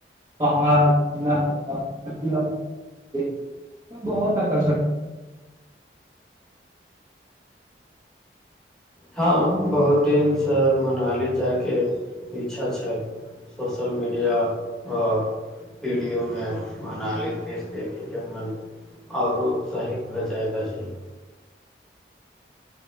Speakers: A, on the right; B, in the centre.
A: पहाड़ <unintelligible> बहोत आकर्षक है।
B: हँ बहुत दिन सँ मनाली जायके इच्छा छल। सोशल मीडिया आ विडियो मे मनाली दृश्य देखे के मन। औरो उत्साहित भ जाइत अछि।